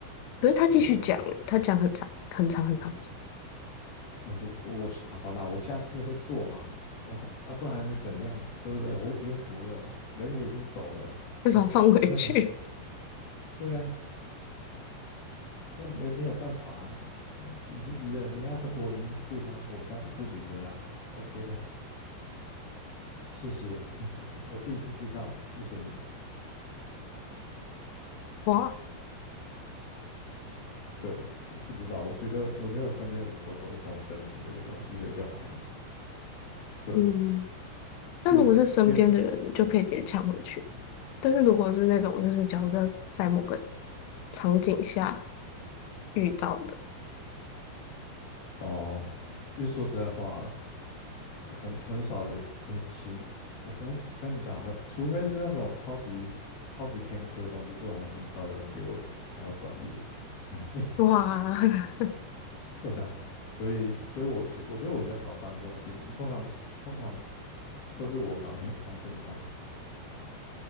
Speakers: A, on the left (about 80°); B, on the left (about 50°).
A: 可是他继续讲，
B: 对不对？
A: 他讲很长很长很长很长。
B: 我就我好啦，我下次会做嘛，我还啊，不然是怎样，对不对？我已经服了，人也已经走了，
A: 会把它放回去。
B: <laughs> 对啊，对啊，那没没有办法啊，嗯已经移了，你要我移一次吗？我下次不移了啦，OK 的，<laughs> 谢谢，嗯我我第一次知道，谢谢你。
A: 哇，
B: 对啊，我不知道，我觉得我觉得我身边的人都不会跟我争执这个东西，所以就还好。对。
A: 嗯，那如果是身边的人，
B: 因为因为
A: 你就可以直接抢回去。但是如果是那种就是假设在在某个场景下遇到的，
B: 哦，因为说实在话，很很少有有情，我该该怎么讲？很，除非是那种超级超级偏科的东西，不然很少有人比我还要专业的。所以，<laughs>
A: 哇，<laughs>
B: 对啊，所以所以我比较我觉得我比较少发生这种事情。通常通常都是我把别人当笨蛋，